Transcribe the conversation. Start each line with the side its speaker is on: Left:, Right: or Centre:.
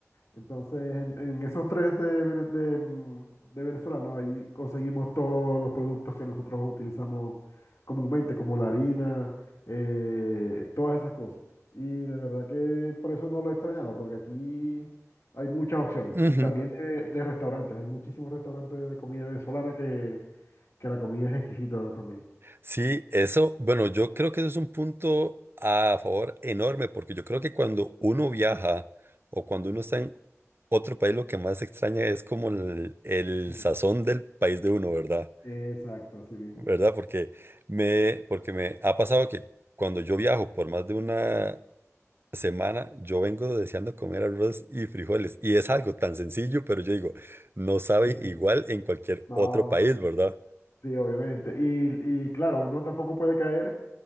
Left: Entonces, en, en esos tres de, vene- de, mm, de venezolano, ahí conseguimos todos los productos que nosotros utilizamos comúnmente, como la harina, eh, todas esas cosas. Y de verdad que por eso no lo he extrañado, porque aquí hay muchas opciones.
Right: Ujú.
Left: Y también de, de restaurantes, hay muchísimos restaurantes de comida venezolana que, que la comida es exquisita también.
Right: Sí, eso, bueno, yo creo que eso es un punto a favor enorme, porque yo creo que cuando uno viaja o cuando
Left: Ajá.
Right: uno está en otro país, lo que más extraña es como el, el
Left: <laughs>
Right: sazón del país de uno, ¿verdad?
Left: Exacto, así mismo.
Right: ¿Verdad? Porque me, porque me ha pasado que cuando yo viajo por más de una semana, yo vengo deseando comer arroz y frijoles, y es algo tan sencillo, pero yo digo, no sabe
Left: <laughs>
Right: igual en cualquier
Left: No,
Right: otro país, ¿verdad?
Left: sí, obviamente. Y, y claro, uno tampoco puede caer.